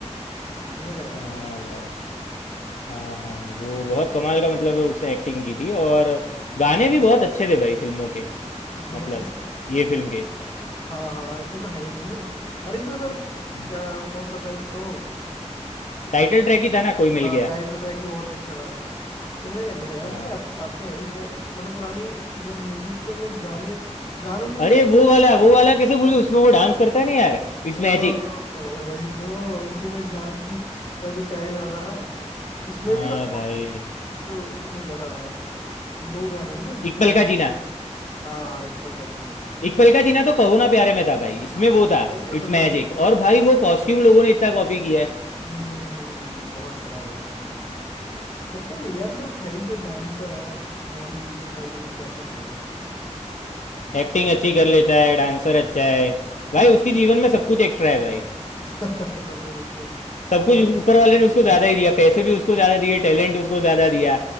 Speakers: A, on the left (about 40°); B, on the left (about 80°).
A: बढ़िया कराया
B: हाँ
A: यार
B: भाई हाँ हाँ वो
A: हम्म,
B: बहुत कमाल का मतलब उसने एक्टिंग की थी और गाने भी बहुत अच्छे थे भाई फिल्मों के
A: कहाँ
B: मतलब
A: इस
B: ये फिल्म के
A: हाँ हाँ इसमें तो है ही अरे इसमें फिर
B: हम्म।
A: क्या कौन सा था एक तो
B: टाइटल
A: एक,
B: ट्रैक ही था ना कोई मिल
A: हाँ
B: गया
A: टाइटल ट्रैक ही बहुत ही अच्छा था चलने लगे थे यार
B: हाँ
A: इसके आ, आते हैं इस गा- मतलब पुरानी जो मूवीज थी उनमें गाने गानों की वजह
B: अरे
A: से भी
B: वो वाला वो वाला कैसे भूल गए उसमें वो डांस करता है ना यार इट्स
A: ओह,
B: मैजिक
A: वही तो अल्टीमेट डांसिंग का जो टैग लगा था इसमें
B: हाँ
A: भी और
B: भाई
A: इसपे उसने किया था डांस दो गाने हैं ना जिसपे
B: एक पल का जीना
A: हाँ एक पल का जीना
B: एक पल का जीना तो कहो ना प्यारे में था भाई इसमें
A: हाँ
B: वो
A: हाँ
B: था
A: वही ना
B: इट्स
A: मतलब
B: मैजिक और भाई वो कॉस्ट्यूम लोगों ने इतना कॉपी किया है
A: हम्म हम्म, हम्म, बहुत चला बहुत चला करता है यार तो भाई फिर डांसर है बॉडी बिल्डर भाई मतलब क्या क्या नहीं है ये।
B: एक्टिंग अच्छी कर लेता है डांसर अच्छा है भाई
A: <laughs>
B: उसकी जीवन में सब कुछ एक्स्ट्रा है भाई
A: सब कुछ अच्छा है
B: सब कुछ
A: बाकी
B: उस- ऊपर वाले ने उसको ज्यादा ही दिया पैसे भी उसको ज्यादा दिए टैलेंट उसको ज्यादा दिया